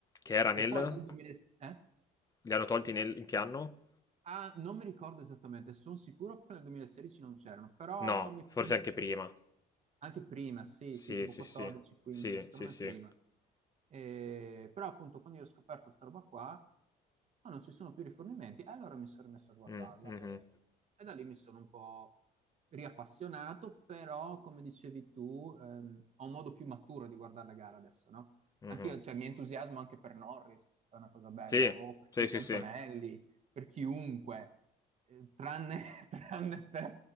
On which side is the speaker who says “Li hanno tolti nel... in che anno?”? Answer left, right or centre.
Left